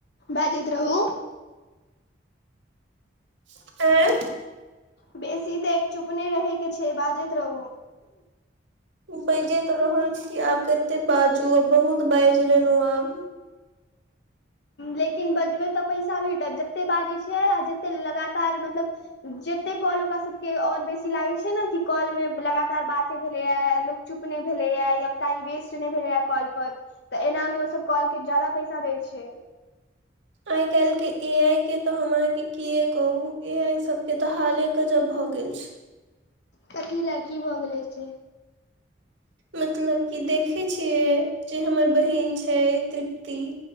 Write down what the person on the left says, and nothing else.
बाजैत रहू।
बेसी देर चुपने रहे केँ छै बाजैत रहू
लेकिन बजबै तऽ पैसा भेटत जते बाजै छ जतेक लगातार मतलब जते कॉल ओकरा सभके ओर बेसी लागैत छै न कि कॉल मे लगातार बाते भेलैए लोक चुप नहि भेलैए या टाइम वेस्ट नहि भेलैए कॉल पर तऽ एना मे ओ सब कॉल केँ जादा पैसा दै छै।
कथी लए की भऽ गेले से